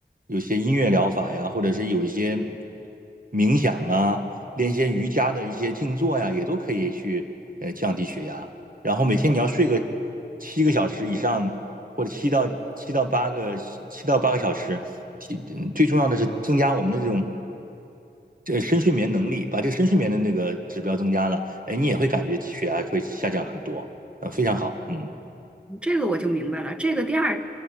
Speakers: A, on the right; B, in the centre.
A: 有些音乐疗法呀，或者是有一些冥想啊，练一些瑜伽的一些静坐呀，也都可以去呃降低血压。然后每天你要睡个七个小时以上，或者七到七到八个七到八个小时。提嗯最重要的是增加我们的这种这个深睡眠能力，把这个深睡眠的那个指标增加了，哎，你也会感觉血压会下降很多，呃，非常好，嗯，
B: 这个我就明白了。这个第二，